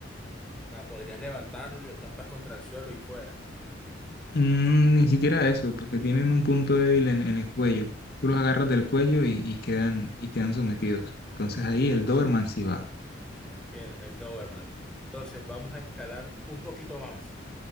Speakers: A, in the centre; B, on the left.
A: O sea, podrías levantarlo y lo estampas contra el suelo y fuera.
B: Mm, ni siquiera eso, porque tienen un punto débil en, en el cuello. Tú los agarras del cuello y, y quedan, y quedan sometidos. Entonces ahí el Doberman sí va.
A: Bien, el Doberman. Entonces, vamos a escalar un poquito más.